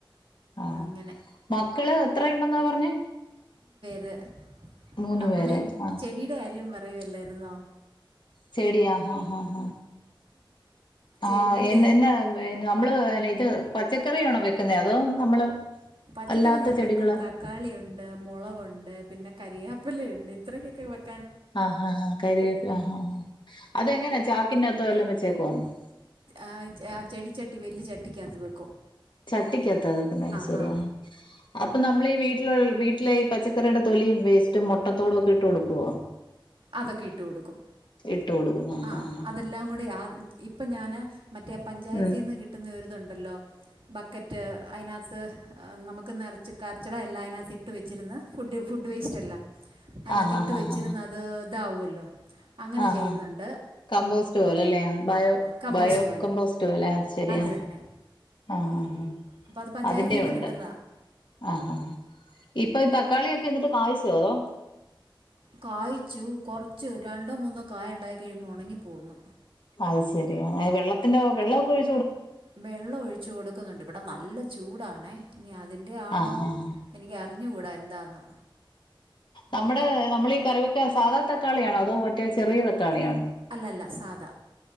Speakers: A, on the left (about 60°); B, on the right (about 75°).
A: ആ
B: അങ്ങനെ
A: മക്കള് എത്ര ഒണ്ടെന്നാ പറഞ്ഞെ
B: ര്
A: മൂന്ന്
B: നമ്മളെ
A: പേര് ആഹ്
B: ചെടിയുടെ കാര്യം വ റയുവല്ലാരുന്നോ
A: ചെടിയാ ആ ആ ആ
B: ചെടിയുടെ
A: ആ <unintelligible> എന്ന നമ്മള് എന്നാ ഇത് പച്ചക്കറിയാണോ വെക്കുന്നെ അതോ നമ്മള്
B: പച്ചക്കറി
A: അല്ലാത്ത
B: ഞാൻ
A: ചെടികള്
B: വെക്കും തക്കാളിയുണ്ട് മൊളകൊണ്ട് പിന്നെ കരിയാപ പ്പിലയുണ്ട് ഇത്രക്കൊക്കെ വെക്
A: ആ ആ ആ കരിവേപ്പില ആ ആആ അതെങ്ങനാ ചാക്കിന്റാത്തോ വെല്ലോം വെ ച്ച കോം <unintelligible>
B: ആ ആ ചെടിച്ചട്ടി വലിയ ചട്ടിക്കാത്ത് വക്
A: ചട്ടിക്കാത്താവെക്കുന്നെ അതുശരി
B: ഹാ
A: ആ അപ്പൊ നമ്മളീ വീട വീട്ടലൊ വീട്ടിലെ ഈ പച്ചക്കറിയുടെ തൊലിയും വേയ്സ്റ്റും മൊട്ടത്തോടുവൊക്കെ ഒ ഇട്ട് കൊടുക്കുവോ
B: അതൊക്കെയിട്ടു കൊടുക്കും
A: ഇട്ട് കൊടുക്കും ആഹ്
B: ആ
A: ആഹ്
B: അതെല്ലാങ്കൂടെയാ ഇപ്പൊ ഞാനെ മറ്റേയാ പഞ്ചായത്തീന്ന്
A: ഉം
B: കിട്ടുന്നയൊരിതൊ ഉണ്ടല്ലോ ബക്കറ്റ് അയിനാത്ത് ആ നമുക്ക് നെറച്ച് കച്ചടയെല്ലാം അയിനാത്തിട്ട് വെച്ചിരുന്ന് ഫുഡ് ഫുഡ് വേയിസ്റ്റ് എല്ലാം അയിനാത്തിട്ട്
A: ആഹ് ആഹ് ആഹ്
B: വെച്ചിരുന്നത്
A: ആഹ്
B: ദാവുവല്ലോ അങ്ങനെ
A: ആഹ്
B: ചെയ്യുന്നൊണ
A: ആഹ് കമ്പോസ്റ്റ് പോലെ അല്ലെയോ ബയോ
B: കമ്പോസ്റ്റ്
A: ബയോ
B: പോലെ
A: കമ്പോസ്റ്റ് പോലെ ശരിയ
B: അത് തന്നെ
A: ആഹ ആഹ ആ
B: അപ്പോൾ അത് പഞ്ചായത്തിൽ
A: അതിന്റെ
B: നിന്ന്
A: ഉണ്ട്
B: കിട്ടുന്നതാണ്
A: ആഹഹ ഇപ്പൊ തക്കാളിയൊക്കെ എന്നിട്ട് കായ്ച്ചോഅതോ
B: കായ്ച്ചു കുറച്ച് ര രണ്ടോ മൂന്നോ കായ് ഉണ്ടായി കഴിയുമ്പോൾ ഉണങ്ങിപ്പോകുന്നു
A: അത് ശെരിയാ വെള്ളത്തിന്റെ വെള്ളം ഒക്കെ ഒഴി
B: വെള്ളം ഒഴിച്ചു കൊടുക്കുന്നുണ്ട് ഇവിടെ നല്ല നല്ല ചൂടണ് ഇനി അ അതിന്റെ ആണോ
A: ആഹ് ആഹ്
B: എനിക്ക് അറിഞ്ഞുകൂടാ എന്താന്ന്
A: നമ്മുടെ നമ്മൾ ഈ കറിവയ്ക്കാ സാധാ തക്കാളിയാണോ അതോ മറ്റെ ചെറിയ തക്കാളിയാണോ
B: അല്ല അല്ല സാധാ